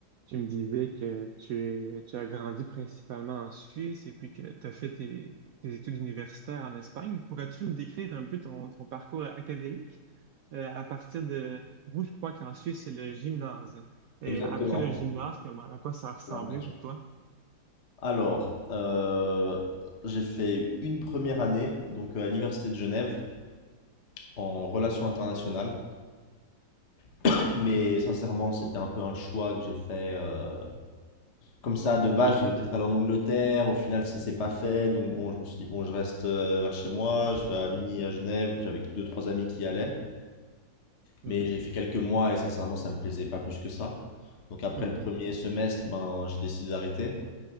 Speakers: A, on the right; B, on the left.
A: Tu me disais que tu es- tu as grandi principalement en Suisse et puis que tu as fait tes, tes études universitaires en Espagne. Pourrais-tu nous décrire un peu ton, ton parcours académique? Euh, à partir de vous, je crois qu'en Suisse, c'est le gymnase. Et
B: Exactement,
A: après le gymnase, comment, à quoi ça a ressemblé
B: l'armature.
A: pour toi?
B: Alors, euh, j'ai fait une première année, donc euh, à l'université de Genève, en relations internationales. <coughs> Mais sincèrement, c'était un peu un choix que j'ai fait euh, comme ça. De base, je devais peut-être aller en Angleterre. Au final, ça s'est pas fait. Donc bon, je me suis dit, bon, je reste euh, vers chez moi. Je vais à Mini, à Genève. J'avais deux, trois amis qui y allaient.
A: Mhm,
B: Mais j'ai fait quelques mois et sincèrement, ça me plaisait pas plus que ça. Donc après
A: mhm,
B: le premier semestre, ben, j'ai décidé d'arrêter.